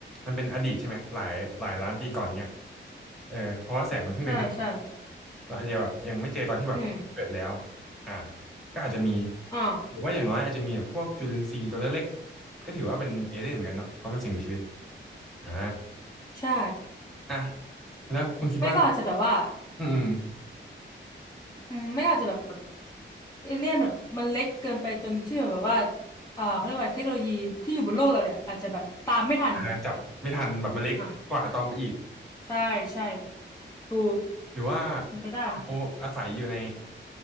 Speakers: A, in the centre; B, on the left.
A: มันเป็นอดีตใช่ไหมหลายหลายล้านปีก่อนเนี้ยเออเพราะว่าแสงมันเพิ่งเดินทาง
B: ใช่ใช่
A: เราอาจจะแบบยังไม่เจอตอนที่แบบเกิดแล้ว
B: อืม
A: อ่าก็อาจจะมี
B: อ่า
A: หรือว่าอย่างน้อยอาจจะมีแบบพวกจุลินทรีย์ตัวเล็กๆก็ถือว่าเป็นเอเลี่ยนเหมือนกันเนาะเพราะเป็นสิ่งมีชีวิตอ่า
B: ใช่
A: อ่ะแล้วคุณคิดว่า
B: ไม่ก็อาจจะแบบว่า
A: อืมอืม
B: อืมไม่ก็อาจจะแบบเอเลี่ยนแบบมันเล็กเกินไปจนที่แบบว่าเออเขาเรียกว่าเทคโนโลยีที่อยู่บนโลกเราเนี่ยอาจจะแบบตามไม่ทัน
A: อ่าจับไม่ทันแบบมันเล็กกว่าอะตอมไปอีก
B: อ่ะ ใช่ใช่ถูก
A: หรือว่า
B: เป็นไปได้นะ
A: เราอาศัยอยู่ใน